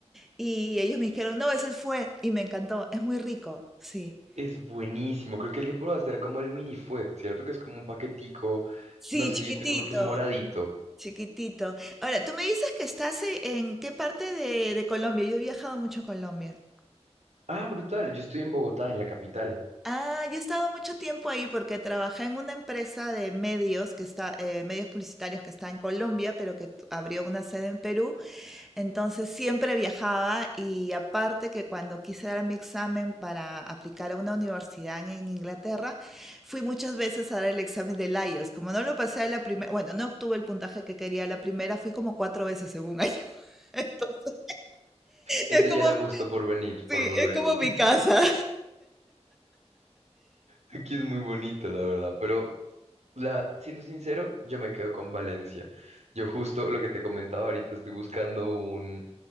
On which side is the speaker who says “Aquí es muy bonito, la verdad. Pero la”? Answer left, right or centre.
Right